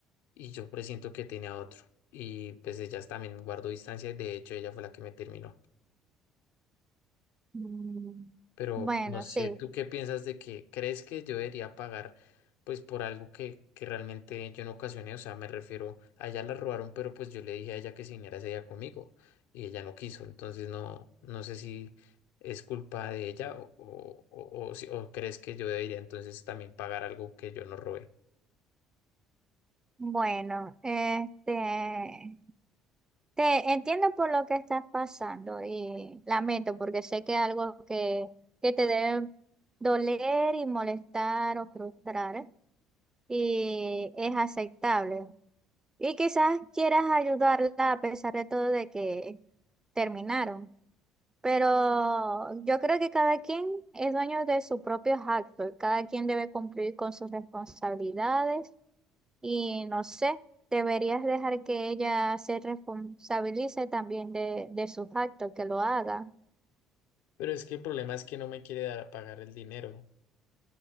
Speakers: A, on the left; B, on the right.
A: y yo presiento que tenía otro. Y pues ella también guardó distancia y de hecho ella fue la que me terminó.
B: Mm,
A: Pero
B: Bueno,
A: no sé,
B: sí.
A: ¿tú qué piensas de que crees que yo debería pagar pues por algo que, que realmente yo no ocasioné? O sea, me refiero, a ella la robaron, pero pues yo le dije a ella que se viniera ese día conmigo y ella no quiso. Entonces no, no sé si es culpa de ella o, o, o, o si- o crees que yo debería entonces también pagar algo que yo no robé.
B: Bueno, este, te entiendo por lo que estás pasando y lamento porque sé que es algo que, que te debe doler y molestar o frustrar y es aceptable. Y quizás quieras ayudarla a pesar de todo de que terminaron. Pero yo creo que cada quien es dueño de sus propios actos, cada quien debe cumplir con sus responsabilidades y no sé, deberías dejar que ella se responsabilice también de, de sus actos, que lo haga.
A: Pero es que el problema es que no me quiere dar a pagar el dinero.